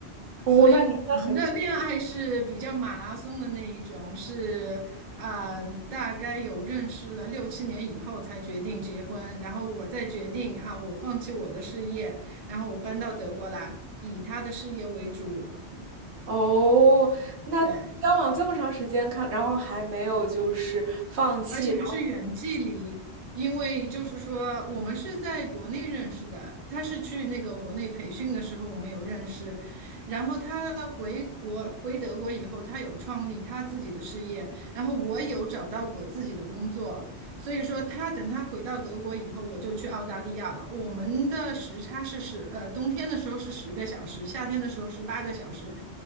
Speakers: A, on the right; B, on the right.
A: 哦，
B: 所以我们的恋爱是比较马拉松的那一种，
A: 那真的很久
B: 是啊、呃大概有认识了六七年以后才决定结婚，然后我再决定啊，我放弃我的事业，然后我搬到德国来，以他的事业为主。
A: 哦，那交往这么长时间，
B: 对，
A: 看，然后还没有就是放弃
B: 而且还是远距离，因为就是说我们是在国内认识的，他是去那个国内培训的时候我们有认识，然后他回国回德国以后，他有创立他自己的事业，然后我有找到我自己的工作，所以说他等他回到德国以后，我就去澳大利亚了。我们的时差是十，呃，冬天的时候是十个小时，夏天的时候是八个小时。